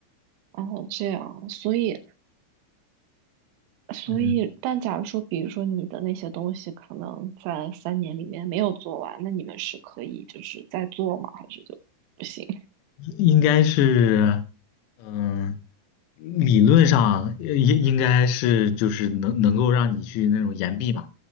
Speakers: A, on the right (about 80°); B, on the left (about 80°).
A: 哦，这样，所以所以，
B: 嗯，
A: 但假如说，比如说你的那些东西可能在三年里面没有做完，那你们是可以就是再做吗？还是就不行？
B: 应该是，嗯，理论上应应该是就是能能够让你去那种延毕嘛，